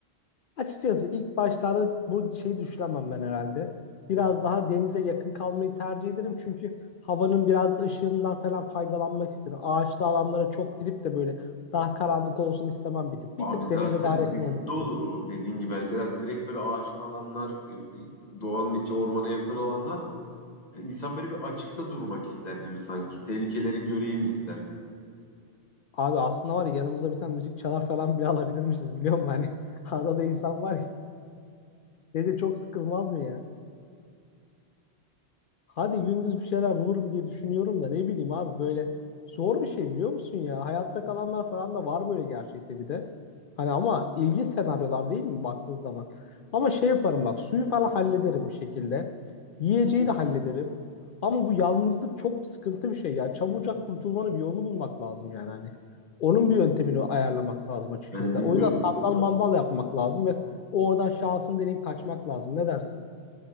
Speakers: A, on the left (about 60°); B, on the left (about 40°).
A: Açıkçası ilk başlarda bu şeyi düşünemem ben herhalde. Biraz daha denize yakın kalmayı tercih ederim. Çünkü havanın biraz da ışığından falan faydalanmak isterim. Ağaçlı alanlara çok girip de böyle daha karanlık olsun istemem bir tık.
B: Abi
A: Bir tık
B: zaten
A: denize daha yakın
B: riskli
A: olmak isterim.
B: olur o dediğin gibi. Yani biraz direkt böyle ağaçlı alanlar, e, doğanın içi ormana yakın alanlar. Yani İnsan böyle bir açıkta durmak ister gibi sanki. Tehlikeleri göreyim ister.
A: Abi aslında var ya yanımıza bir tane müzik çalar falan bile <laughs> alabilirmişiz biliyor musun? Hani <laughs> adada insan var ya. Gece çok sıkılmaz mı ya? Hadi gündüz bir şeyler bulurum diye düşünüyorum da ne bileyim abi böyle zor bir şey biliyor musun ya? Hayatta kalanlar falan da var böyle gerçekte bir de. Hani ama ilginç senaryolar değil mi baktığın zaman? Ama şey yaparım bak suyu falan hallederim bir şekilde. Yiyeceği
B: Hı hı.
A: de hallederim. Ama bu yalnızlık çok sıkıntı bir şey. Yani çabucak kurtulmanın bir yolunu bulmak lazım yani hani. Onun bir yöntemini ayarlamak lazım açıkçası.
B: Yani bilmiyorum
A: O yüzden sandal mandal yapmak lazım ve oradan şansını deneyip kaçmak lazım. Ne dersin?